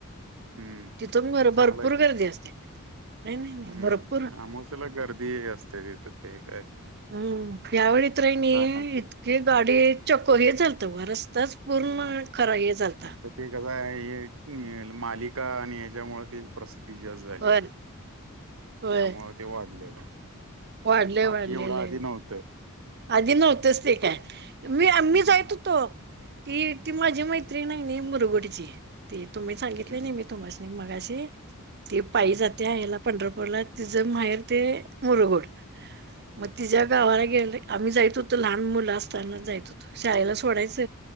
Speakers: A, on the right; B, on the right.
A: हम्म
B: तिथून वर
A: चांगलं
B: भरपूर
A: आहे की
B: गर्दी असते. नाही नाही नाही
A: हम्म,
B: भरपूर
A: अमोशेला गर्दी असते तिथ. ते काय
B: हम्म, यावेेळी तर हाय नी
A: आता
B: इतकीे गाडी चक हे झालत व रस्ताच पूर्ण
A: नाही,
B: खरा हे झालता.
A: आता ते कस आहे, हे मालिका आणि ह्याच्यामूळ ते प्रसिद्धी जास्त झाल्या.
B: होय होय
A: त्यामुळ ते वाढलेय.
B: वाढलय
A: बाकी
B: वाढलय
A: एवढ आधी
B: लय
A: नव्हत.
B: आधी नव्हतच ते काय. मी आ मी
A: हम्म
B: जायत होतो. ती ती माझी मैत्रीण हाय नी मुरगुडची. ती तुम्ही सांगितली
A: हम्म
B: नाही मी तुम्हासनी. आणि मगाशी ती पायी
A: हम्म
B: जात्या ह्याला पंढरपूरला‌. तिच माहेर ते मुरगुड. मग तिच्या गावाला गेले आम्ही जायत होतो. लहान मुल असताना जायत होतो. शाळेला सोडायच